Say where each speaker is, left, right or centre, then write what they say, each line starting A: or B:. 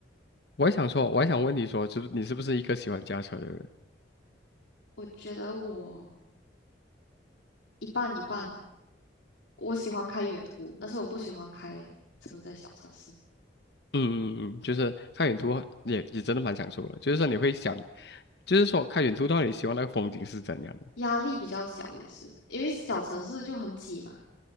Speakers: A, on the left (about 60°); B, on the left (about 80°).
A: 我还想说，我还想问你说，就是你是不是一个喜欢驾车的人？
B: 我觉得我一半一半的，我喜欢开远途，但是我不喜欢开车在小城市，
A: 嗯嗯嗯，就是看远途也也真的蛮享受的，就是说你会想，就是说看远途到底希望那个风景是怎样？
B: 压力比较小也是，因为小城市就很挤嘛，